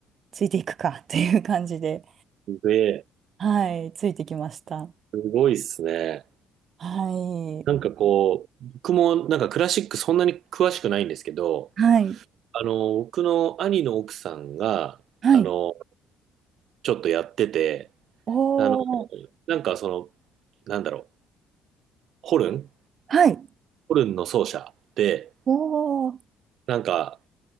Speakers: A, on the right; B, on the right.
A: ついていくかという感じで、
B: すげえ。
A: はい、ついてきました。
B: すごいっすね。
A: はい。
B: なんかこう、僕もなんかクラシックそんなに詳しくないんですけど、
A: はい。
B: あの、僕の兄の奥さんが、
A: はい。
B: あの、ちょっとやってて、
A: お
B: あの、
A: ー。
B: なんかその、なんだろう。ホルン、
A: はい。
B: ホルンの奏者で、
A: おー。
B: なんか